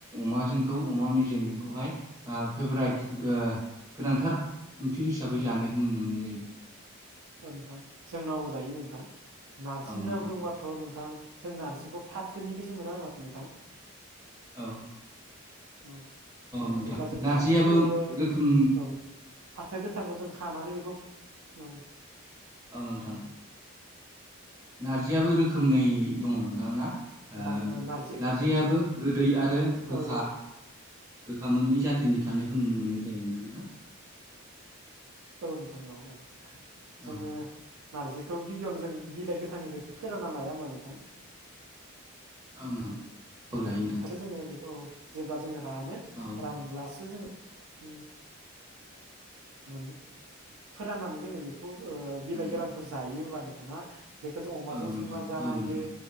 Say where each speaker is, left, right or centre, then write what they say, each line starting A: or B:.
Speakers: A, on the right; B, on the right.
A: अमाजोंखौ
B: औ
A: अमा मेजेमजोंखौहाय फेभराइट गो-गोनांथार ओंख्रि हिसाबै जानायखौ नुनो मोननाय जायो।
B: ओं नोंथां जोंनाव जायो नोंथां नारजिना
A: औ नोंथां
B: बुंबाथ' नोंथां जों नारजिखौ फाथोनिफ्रायसो मोना होमबा नोंथां?
A: औ।
B: औ औ
A: नोंथां
B: जेब्ला जों
A: नारजियाबो
B: फाथोगो
A: रोखोम
B: औ। फाथो गोथांखौ जों खानानै बेखौ फ औ।
A: ओं नोंथां। नारजियाबो रोखोमनै दङ नोंथांना ओ
B: नोंथां ओ नारजि
A: नारजियाबो दै आरो गोखा
B: औ
A: गोखा मोननै जाथोनि थानायखौ नुनो मोननाय जायो नोंथा ना?
B: औ नोंथां औ औ जोङो
A: औ
B: नारजिखौ गिबियावनो जों बिलाइ गोथांनिफ्राय फोरानना लाया होमबा नोंथां?
A: ओं नोंथां।
B: औ
A: लायो नोंथां
B: बेफ्राय जोङो बेखौ जेब्ला जोङो रानो
A: औ
B: रानब्लासो जोङो उम। मोने फोराननानै जोङो बेखौ ओ बिलाइ
A: उम
B: गोरानखौ जायो होमबा नोंथां ना? बेखौ जों अमाजों
A: औ नोंथां
B: संना जानो
A: औ
B: हायो
A: नोंथां